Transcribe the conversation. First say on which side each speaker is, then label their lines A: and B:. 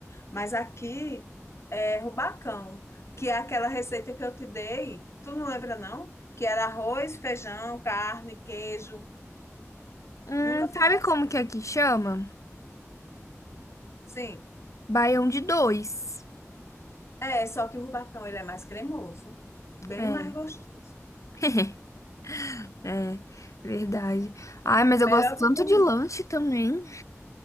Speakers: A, on the left; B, on the left.
A: Mas aqui é Rubacão, que é aquela receita que eu te dei. Tu não lembra, não? Que era arroz, feijão, carne, queijo.
B: Hum,
A: Nunca fizesse
B: sabe como que aqui chama?
A: assim.
B: Baião de dois.
A: É, só que o Rubacão ele é mais cremoso, bem
B: É.
A: mais gostoso.
B: <laughs> É, verdade. Ai, mas eu
A: Melhor
B: gosto tanto
A: do que o.
B: de
A: Rubi.
B: lanche também.